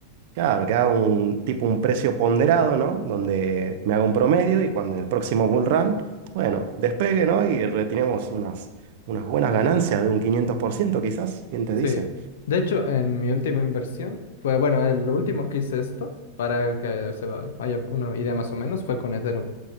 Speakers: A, on the right; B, on the left.
A: Claro, que haga un tipo un precio ponderado, ¿no? Donde me haga un promedio y cuando en el próximo bull run, bueno, despegue, ¿no? Y retiremos unas, unas buenas ganancias de un quinientos por ciento quizás. ¿Quién te
B: Sí.
A: dice?
B: De hecho, en mi última inversión fue, bueno, el- lo último que hice esto, para que se va- vaya una idea más o menos, fue con Ethereum.